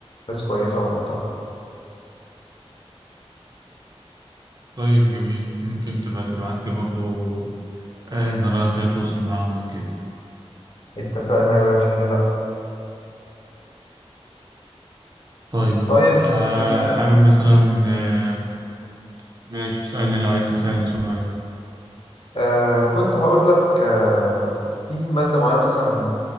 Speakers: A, on the left; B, on the right.
A: ناس كويسة ومحترمة
B: طيب جميل ممكن تبقى تبعتلي برضو آه، إن أنا إزاي أتواصل معاهم وكده
A: اتفقنا يا باشا ليه لا
B: طيب
A: طيب
B: آه
A: انت
B: حابب مثلا آه ماشي اسألني لو عايز تسألني سؤال
A: آه كنت هقول لك آه في مادة معينة مثلا